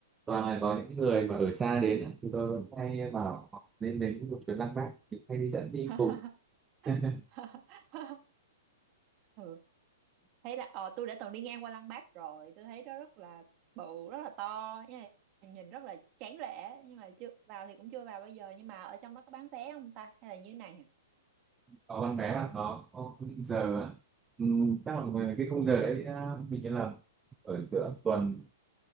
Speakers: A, on the right; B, on the right.
A: toàn là có những người mà ở xa đến á, thì tôi vẫn hay bảo họ nên đến một chuyến Lăng Bác thì hay đi dẫn đi
B: <laughs>
A: cùng <laughs>
B: <laughs> ừ thấy là ờ tôi đã từng đi ngang qua Lăng Bác rồi tôi thấy nó rất là bự rất là to nhưng mà nhìn rất là tráng lệ nhưng mà chưa vào thì cũng chưa vào bây giờ nhưng mà ở trong đó có bán vé không ta hay là như thế này nhỉ?
A: có con bé là nó có quy định giờ á. ừ, chắc là về cái khung giờ đấy à, mình nghĩ là ở giữa tuần